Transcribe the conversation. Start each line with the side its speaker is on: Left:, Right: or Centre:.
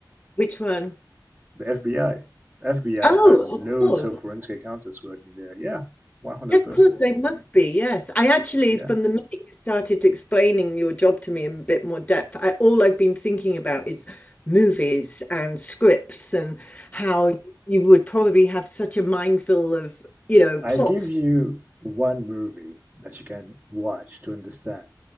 Left: Which one?
Right: The FBI. FBI
Left: Oh,
Right: has loads
Left: of course.
Right: of forensic accountants working there. Yeah, 100%.
Left: Of course, they must be, yes. I actually,
Right: Yeah.
Left: from the minute you started explaining your job to me in a bit more depth, I, all I've been thinking about is movies and scripts and how you would probably have such a mindful of, you know,
Right: I
Left: plots.
Right: give you one movie that you can watch to understand.